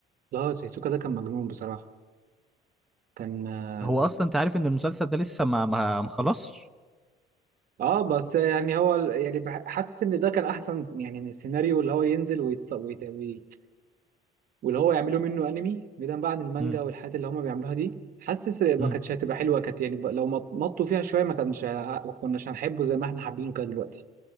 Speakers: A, on the right; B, in the centre.
A: لا سيسوكا ده كان مجنون بصراحه كان اه
B: هو اصلا انت عارف ان المسلسل ده لسه ما ما ما خلصش
A: آه، بس يعني هو ال- يعني بح- حاسس ان ده كان احسن يعني من السيناريو اللي هو ينزل ويتص... ويت... وي... واللي هو يعملوا منه انمي بعيدا بقى عن المانجا
B: امم
A: والحاجات اللي هم بيعملوها دي حاسس ما
B: امم
A: كانتش هتبقى حلوه كانت يعني ب- لو مط- مطوا فيها شويه ما كانش ه- ما كناش هنحبه زي ما احنا حابينه كده دلوقتي